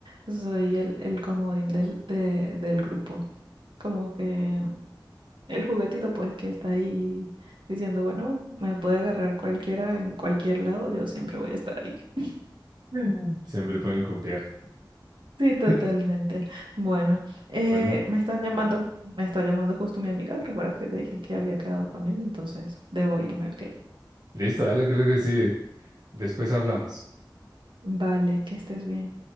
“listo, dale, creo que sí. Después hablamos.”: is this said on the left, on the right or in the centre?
Right